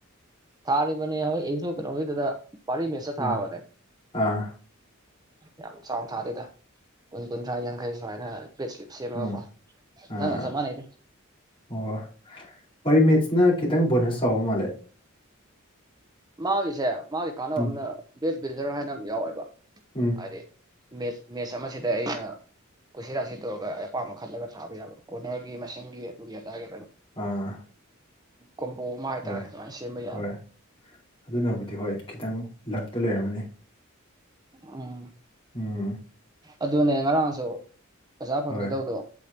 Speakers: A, on the right; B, on the left.
A: ꯊꯥꯔꯤꯕꯅꯤ ꯍꯣꯢ ꯑꯩꯁꯨ ꯀꯩꯅꯣ ꯒꯤꯗꯨꯗ ꯄꯔꯤꯃꯦꯁꯇ
B: ꯑꯥ
A: ꯊꯥꯕꯅꯦ
B: ꯑꯥ
A: ꯌꯥꯝ ꯆꯥꯎꯅ ꯊꯥꯗꯦꯗ ꯀꯨꯟ ꯀꯨꯟꯊ꯭ꯔꯥ ꯌꯥꯡꯈꯩ ꯁꯨꯃꯥꯏꯅ ꯄꯦꯁ ꯁꯦꯝꯃꯒ
B: ꯎꯝ
A: ꯀꯣ
B: ꯑꯥ
A: ꯅꯪꯒ ꯆꯥꯞ ꯃꯥꯟꯅꯩ
B: ꯑꯣ ꯄꯔꯤꯃꯦꯠꯁꯤꯅ ꯈꯤꯇꯪ ꯕꯣꯅꯁ ꯆꯥꯎꯕ ꯃꯥꯜꯂꯦ
A: ꯃꯥꯒꯤꯁꯦ ꯃꯥꯒꯤ ꯀꯥꯟꯅꯕ
B: ꯎꯝ
A: ꯑ ꯑꯃꯅ ꯕꯦꯠ ꯕꯤꯜꯗꯔ ꯍꯥꯏꯅ ꯑꯃ ꯌꯥꯎꯋꯦꯕ
B: ꯎꯝ
A: ꯍꯥꯏꯗꯤ ꯃꯦꯠꯁ ꯑꯃꯁꯤꯗ ꯑꯩꯅ ꯀꯨꯁꯤ ꯔꯥꯁꯤ ꯇꯧꯔꯒ ꯑꯄꯥꯝꯕ ꯈꯜꯂꯒ ꯊꯥꯕ ꯌꯥꯕ ꯀ ꯀꯣꯔꯅꯔꯒꯤ ꯃꯁꯤꯡꯒꯤ ꯑꯗꯨꯒꯤ ꯑꯗꯥꯒꯤ
B: ꯑꯥ
A: ꯀꯣꯝꯕꯣ ꯑꯃ ꯍꯥꯏꯇꯥꯔꯦ
B: ꯍꯣꯏ
A: ꯑꯗꯨꯃꯥꯏꯅ ꯁꯦꯝꯕ ꯌꯥꯏ
B: ꯍꯣꯏ ꯑꯗꯨꯅꯕꯨꯗꯤ ꯍꯣꯏ ꯈꯤꯇꯪ ꯂꯛꯇ ꯂꯩꯔꯝꯃꯅꯤ
A: ꯎꯝ
B: ꯎꯝ
A: ꯑꯗꯨꯅꯦ ꯉꯔꯥꯡꯁꯨ ꯄꯩꯁꯥ ꯐꯪꯒꯗꯧꯗꯣ
B: ꯍꯣꯏ